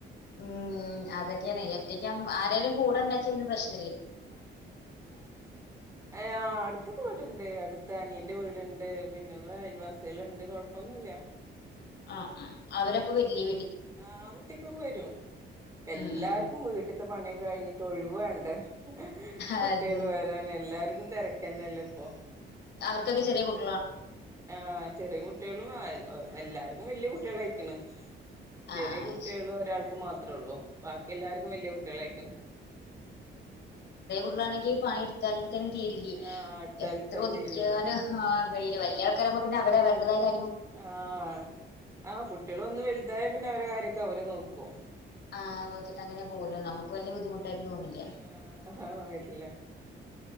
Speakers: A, on the left; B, on the right.
A: ഉം അതൊക്കെയാണ് ഏറ്റയ്ക്ക ആരോലും കൂടെ ഉണ്ടച്ച പിന്നെ പ്രശ്നല്ല.
B: ആ അടുത്തൊക്കെ വീടുണ്ട്. അടുത്ത അനിയന്റെ വീട് ണ്ട് പിന്നെ അയൽവാസികളുണ്ട് കൊഴപ്പൊന്നുംല്ല.
A: ആഹ ആ അവരപ്പൊ വരില്ലെ
B: ആ വീട്ടിക്കൊക്കെ വരും. എല്ലാർക്കും
A: ഉം ഉം ഉം
B: വീട്ടത്തെ പണിയൊക്കെ കഴിഞ്ഞിട്ട് ഒഴിവേണ്ടേ
A: അതെ
B: കുട്ടികൾ വരാന എല്ലർക്കും തിരക്കന്നല്ലോ ഇപ്പൊ
A: അവർക്കൊക്കെ ചെറിയ കുട്ട
B: ആഹ ചെറിയ കുട്ടികളും എല്ലാർക്കും വല്യകുട്ടികളയിക്കണ്.
A: ആഹ്
B: ചെറിയ
A: ആഹ്
B: കുട്ടിയുള്ള ഒരാൾക്ക് മാത്രേ ഉള്ളൂ. ബാക്കി എല്ലാർക്കും വല്യ കുട്ടികളായിക്കണ്.
A: റ്റൊക്കാണെങ്കിൽ പണി എടുത്താലും തീരില്ല്യെ
B: ആ അടുത്തടുത്തന്നെ
A: എത്ര ഒതുക്കിയാലും
B: വീടിള്ളത്
A: ആ കയ്യില വല്ല്യാൾക്കാരാവുമ്പോ പിന്നെ അവര് അവര്ടെതായ കാ
B: ആഹ് ആ കുട്ട്യോളൊന്ന് വെൽതായ പിന്നെ അവരെ കാര്യൊക്കെ അവര് നോക്കും.
A: ആഹ് നോക്കിട്ട് അങ്ങനെ പോവല്ലോ നമുക്ക്
B: ഹ
A: വലിയ ബുദ്ധിമുട്ടായിട്ട് തോന്നില്ല
B: ഹ ആഹ് ഹ വര്ല്ല